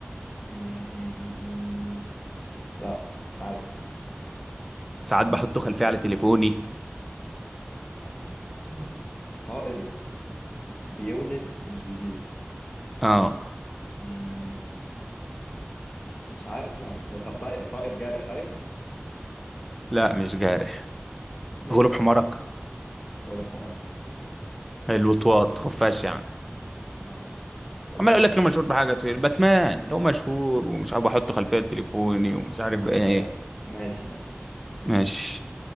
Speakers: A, on the left; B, in the centre.
A: م- م- م- م. لا مش عارف
B: ساعات بحطه خلفية على تليفوني
A: آه، طائر بيولد مش بيبيض
B: اه
A: م، مش عارف يعني ده طب طائر طائر جارح طيب
B: لا مش جارح
A: ذكي
B: غلوب حمارك
A: ولا بحمار
B: الوطواط خفاش يعني
A: اه تصدق
B: عمال اقول لك له مشهور بحاجه تقول باتمان له مشهور ومش عارف احطه خلفيه تليفوني ومش عارف
A: يا عم انا
B: ايه
A: مش عرفت ماشي ماشي
B: ماشي